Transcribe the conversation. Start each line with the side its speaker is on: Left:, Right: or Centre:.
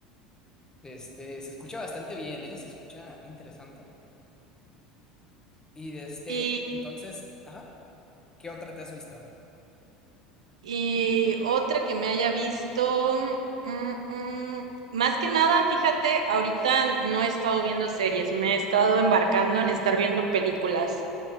Left: Este, se escucha bastante bien, ¿eh? Se escucha interesante. Y de este,
Right: Y
Left: entonces, ajá. ¿Qué otra te has visto?
Right: Y otra que me haya visto, mm, mm, mm, más que nada, fíjate, ahorita no he estado viendo series, me he estado embarcando en estar viendo películas.